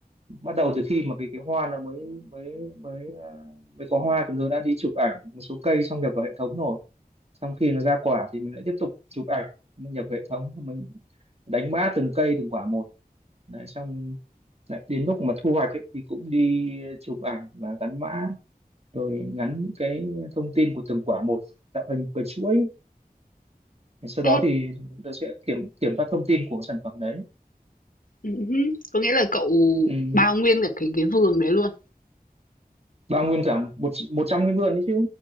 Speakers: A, on the right; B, on the left.
A: bắt đầu từ khi mà cái cái hoa nó mới mới mới ờ, mới có hoa chúng tớ đã đi chụp ảnh một số cây xong nhập vào hệ thống rồi xong khi nó ra quả thì mình lại tiếp tục chụp ảnh mình nhập vào hệ thống mình đánh mã từng cây từng quả một đấy xong lại đến lúc mà thu hoạch ấy, thì cũng đi chụp ảnh và gắn mã rồi ngắn cái thông tin của từng quả một tạo thành một cái chuỗi sau đó
B: Ê,
A: thì chúng ta sẽ kiểm kiểm tra thông tin của cái sản phẩm đấy
B: Ừm hứm. Có nghĩa là cậu
A: ừ.
B: bao nguyên cả cái cái vườn đấy luôn,
A: bao nguyên cả một một trăm cái vườn đấy chứ